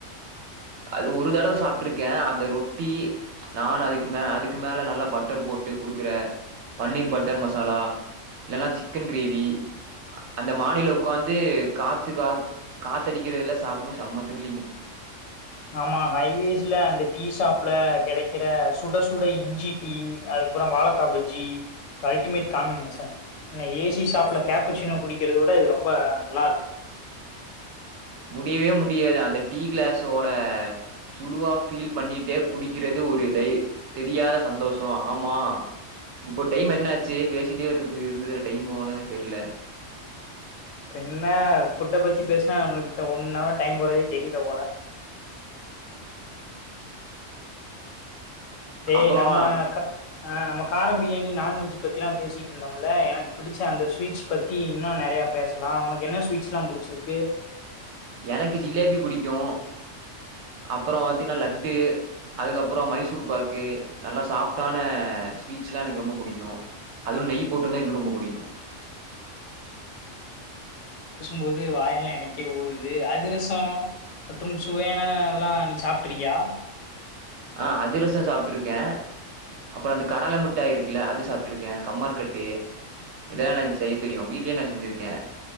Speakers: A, on the right; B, on the left.
A: அது ஒரு தடவ சாப்பிட்டுருக்க அந்த ரொட்டி நான் அதுக்கு மே அதுக்கு மேல நல்லா பட்டர் போட்டு கொடுக்கற பன்னீர் பட்டர் மசாலா இல்லைன்னா சிக்கன் கிரேவி அந்த மாடில உட்காந்து காத்து காத் காத்தடிக்கிறதுல சாப்டும்போது செம்ம திரில்லிங்கு
B: ஆமா ஹைவேஸ்ல அந்த டீ சாப்ல கிடைக்கிற சுட சுட இஞ்சி டீ அதுக்கப்புறம் வாழைக்கா பஜ்ஜி அல்டிமேட் காம்பினேஷன் அ ஏசி சாப்ல கேப்பிசின்னோ குடிக்கிறத விட இது ரொம்ப நல்லா இருக்கும்
A: முடியவே முடியாது அந்த டீ கிளாஸோட சுடுவா ஃபீல் பண்ணிட்டே குடிக்கிறது ஒரு தை தெரியாத சந்தோஷம் ஆமா இப்போ டைம் என்னாச்சு பேசிட்டே இருக்கு இருந்ததுல டைம் போனதே தெரில
B: பின்ன ஃபுட்ட பத்தி பேசினா நம்ம கிட்ட ஒன் வர் டைம் போறதே தெரியல போல டேய்
A: அப்புறம்
B: நம்ம ஆஹ் நம்ம காரம் பிரியாணி நாான்வெஜ் பத்திலாம் பேசிட்டு இருந்தோம்ல எனக்கு பிடிச்ச அந்த ஸ்வீட்ஸ் பத்தி இன்னும் நெறையா பேசலாம் உனக்கு என்ன ஸ்வீட்ஸ் எல்லாம் புடிச்சிருக்கு
A: எனக்கு ஜிலேபி புடிக்கும் அப்புறம் வத்தீங்கன்னா லட்டு அதுக்கப்புறம் மைசூர் பாக்கு நல்லா சாஃப்டான ஸ்வீட்ஸ் இதுதா எனக்கு ரொம்ப புடிக்கும் அதுவும் நெய் போட்டுந்தான் எனக்கு ரொம்ப புடிக்கும்
B: போது வாயெல்லாம் எனக்கே ஊருது அதிரசம் மற்றும் சுவையான அதெல்லா நீ சாப்பிட்ட இருக்கியா
A: ஆஹ் அதிரசம் சாப்பிட்டு இருக்க அப்புறம் அந்த கடலை மிட்டா இருக்குல்ல அது சாப்பிட்டு இருக்கேன் கம்மரக்கட்டு இதெ
B: ம்
A: எனக்கு செய்ய தெரியும் வீட்டு இதென்ன செஞ்சிருக்கேன்